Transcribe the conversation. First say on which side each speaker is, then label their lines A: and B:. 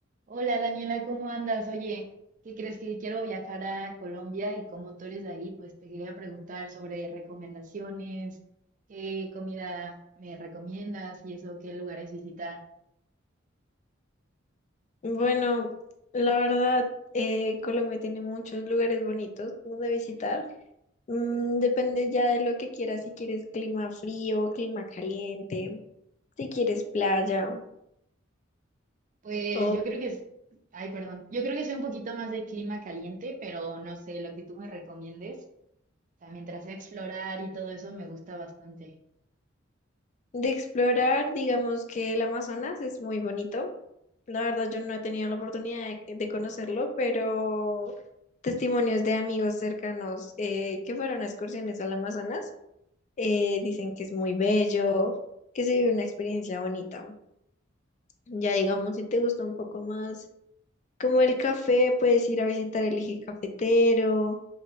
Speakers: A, on the right; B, on the left.
A: Hola Daniela, ¿cómo andas? Oye, ¿qué crees que quiero viajar a Colombia y como tú eres de ahí, pues te quería preguntar sobre recomendaciones, qué comida me recomiendas y eso, qué lugares visitar.
B: Bueno, la verdad, eh, Colombia tiene muchos lugares bonitos donde visitar. Mm, depende ya de lo que quieras, si quieres clima frío, clima caliente, si quieres playa
A: Pues
B: o
A: yo creo que es, ay, perdón, yo creo que soy un poquito más de clima caliente, pero no sé, lo que tú me recomiendes, o sea, mientras sea explorar y todo eso me gusta bastante.
B: de explorar, digamos que el Amazonas es muy bonito. La verdad, yo no he tenido la oportunidad de, de conocerlo, pero testimonios de amigos cercanos eh, que fueron a excursiones al Amazonas eh, dicen que es muy bello, que se vive una experiencia bonita. Ya digamos, si te gusta un poco más como el café, puedes ir a visitar el eje cafetero.